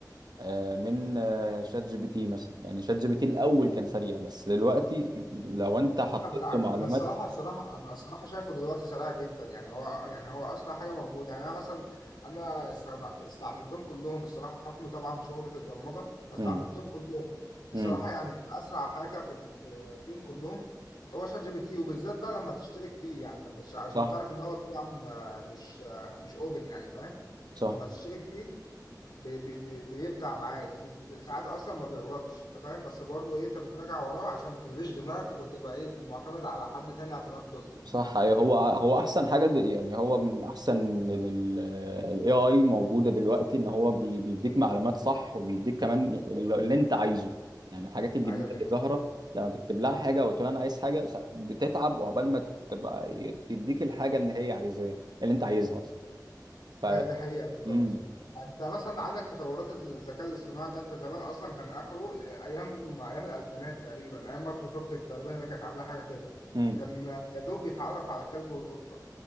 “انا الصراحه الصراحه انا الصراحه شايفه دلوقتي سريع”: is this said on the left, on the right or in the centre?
Left